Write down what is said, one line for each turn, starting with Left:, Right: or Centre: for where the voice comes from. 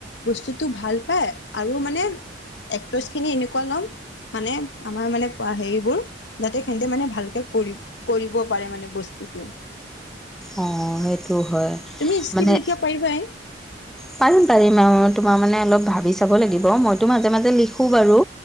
Left: বস্তুটো ভাল পায় আৰু মানে এক্টচ খিনি এনেকুৱা লম মানে আমাৰ মানে হেবোৰ যাতে সেহতে মানে ভালকে কৰিব কৰিব পাৰে মানে বস্তুতটো
Centre: অঁ সেইটো হয়
Left: তুমি্ক্ৰিপ্
Centre: মানে
Left: লিখা পাৰিবাই
Centre: পাৰিম পাৰিম আৰু তোমাৰ মানে অলপ ভাবি চাব লাগিব মইতো মাজে মাজে লিখোঁ বাৰু